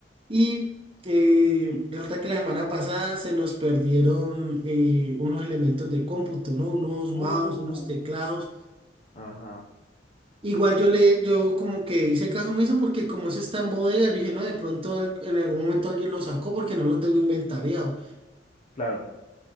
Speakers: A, on the right; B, on the left.
A: Y eh, resulta que la semana pasada se nos perdieron eh, unos elementos de cómputo, ¿no? Unos mouse,
B: Uy.
A: unos teclados.
B: Ajá.
A: Igual yo le, yo como que hice caso omiso porque como eso está en bodega, yo dije, no, de pronto al- en algún momento alguien lo sacó porque no lo tengo inventariado.
B: Claro.